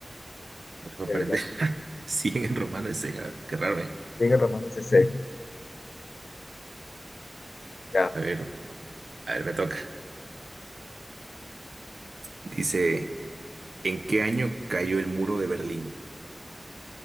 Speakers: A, on the right; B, on the left.
A: Me la voy a
B: Eh,
A: aprender.
B: La
A: <laughs> cien en romano, ese, ah, qué raro, ¿eh?
B: 100 en romano es C. Ya.
A: A ver, a ver, me toca. Dice, ¿en qué año cayó el muro de Berlín?